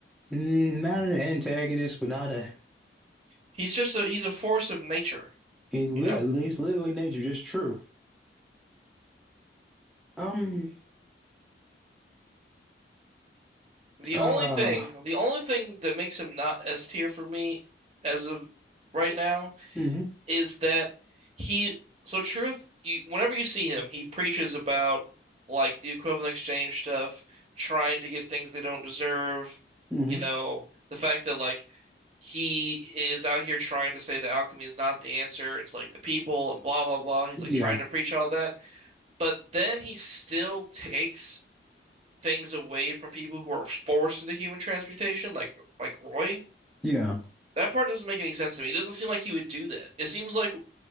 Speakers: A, in the centre; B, on the right.
A: Mm, not an antagonist, but not a
B: He's just a he's a force of nature,
A: He literally,
B: you know?
A: it's literally nature, just truth. Um,
B: The
A: uh,
B: only thing the only thing that makes him not S tier for me as of right now
A: hmm
B: is that he so Truth, you whenever you see him, he preaches about like the equivalent exchange stuff, trying to get things they don't deserve,
A: hmm
B: you know, the fact that like he is out here trying to say that alchemy is not the answer, it's like the people and blah blah blah. He's
A: Yeah,
B: like trying to preach all that, but then he still takes things away from people who are forced into human transmutation, like like Roy.
A: yeah,
B: That part doesn't make any sense to me. It doesn't seem like he would do that. It seems like